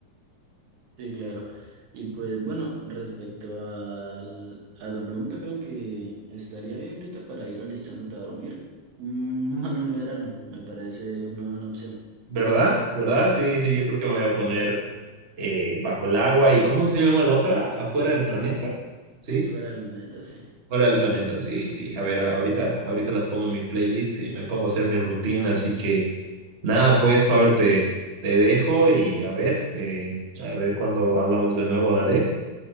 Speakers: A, on the right; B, on the right.
A: Sí, claro. Y pues bueno, respecto al- a tu pregunta, creo que estaría bien, Rita, para ir alistándote a dormir. Mm, <laughs> Manuel Medrano, me parece una buena opción.
B: ¿Verdad? ¿Verdad? Sí, sí, yo creo que me voy a poner eh, bajo el agua. ¿Y cómo se llama la otra? ¿Afuera del planeta? ¿Sí?
A: Fuera del planeta, sí.
B: Fuera del planeta, sí, sí. A ver, a- ahorita, ahorita las pongo en mi playlist y me pongo a hacer mi rutina. Así que nada, pues, Faber, te, te dejo y a ver, eh, a ver cuando hablamos de nuevo, dale.